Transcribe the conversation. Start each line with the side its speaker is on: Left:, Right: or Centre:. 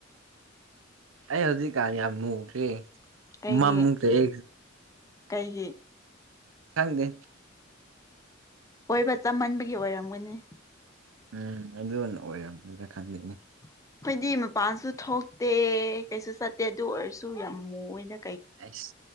Right: ꯑꯩ ꯍꯧꯖꯤꯛꯀꯥꯟ ꯌꯥꯝ ꯃꯨꯈꯔꯦ
Left: ꯀꯩꯒꯤ
Right: ꯃꯝꯈꯔꯦ
Left: ꯀꯩꯒꯤ
Right: ꯈꯪꯗꯦ
Left: ꯀꯣꯏꯕ ꯆꯃꯟꯕꯒꯤ ꯑꯣꯏꯔꯝꯒꯅꯤ
Right: ꯎꯝ ꯑꯗꯨꯅ ꯑꯣꯏꯔꯝꯒꯗꯔ ꯈꯪꯗꯦꯅꯦ꯫
Left: ꯑꯩꯈꯣꯏꯗꯤ ꯃꯄꯥꯟꯁꯨ ꯊꯣꯛꯇꯦ ꯀꯩꯁꯨ ꯆꯠꯇꯦ ꯑꯗꯨ ꯑꯣꯏꯔꯁꯨ ꯌꯥꯝ ꯃꯨꯌꯦꯗ꯫
Right: ꯑꯁ